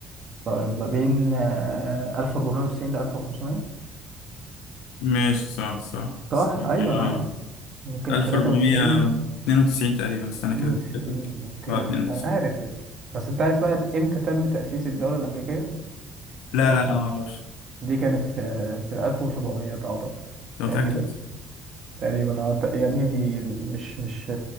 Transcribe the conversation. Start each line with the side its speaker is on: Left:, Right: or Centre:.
Right: طيب ما بين آه، 1490 ل 1500
Left: ماشي صح صح
Right: صح ايوه انا
Left: آه،
Right: عارف ممكن
Left: 1492
Right: 93
Left: تقريبا استنى
Right: 92
Left: كده أتأكد لك
Right: اوكي
Left: اه 92
Right: انا عارف بس انت عارف بقى امتى تم تأسيس الدولة الأمريكية
Left: لا
Right: عارف
Left: لا لا
Right: المعلومة
Left: ما اعرفش
Right: دي كانت في في 1700 اعتقد
Left: انت
Right: تقريبا
Left: متاكد
Right: تقريبا اه ت- يا ابني دي مش مش